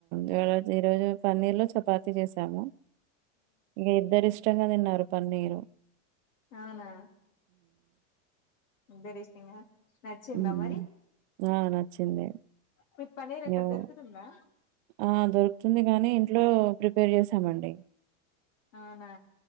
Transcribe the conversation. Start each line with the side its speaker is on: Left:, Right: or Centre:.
Right: వే తజు పన్నీర్ లో చపాతి చేసాము ఇక ఇద్దరి ఇష్టంగా తిన్నారు పన్నీరు
Left: అవునా ఇద్దరు ఇష్టంగా నచ్చిందా
Right: హ్మ్.
Left: మరి
Right: ఆ! నచ్చింది.
Left: మీ పన్నీర్ ఎక్కడ
Right: యవ్
Left: దొరుకుతుందా
Right: ఆ దొరుకుతుంది కానీ ఇంట్లో ప్రిపేర్ చేసాము మండి
Left: అవునా